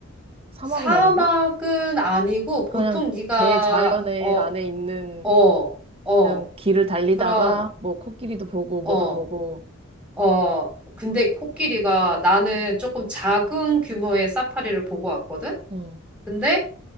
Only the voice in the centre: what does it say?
사막은
아니고 보통
네가
어,
어, 어,
그런
어,
어. 근데 코끼리가 나는 조금 작은 규모의 사파리를 보고 왔거든.
근데